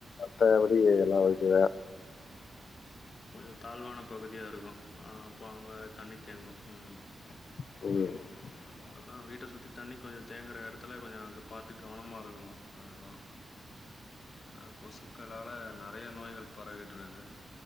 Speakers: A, on the left (about 65°); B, on the left (about 45°).
A: த்தபடியு எல்லா வீட்லையு
B: ஃபுல் தாழ்வான பகுதியாக இருக்கு ஆ அப்போ அங்க தண்ணி தேங்கு ம்
A: என்னது
B: அதா வீட்ட சுத்தி தண்ணி கொஞ்ச தேங்குகிற எடத்துல கொஞ்ச அங்க பாத்து கவனமாக இருக்கணு அது தா ஆ கொசுக்களால நெறைய நோய்கள் பரவிட்ருக்கு